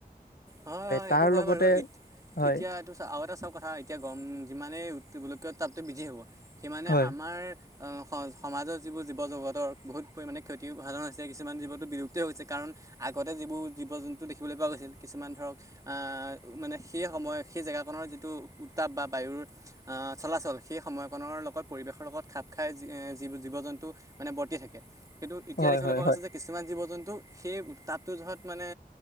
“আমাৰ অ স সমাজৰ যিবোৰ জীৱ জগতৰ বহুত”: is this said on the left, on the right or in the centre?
Right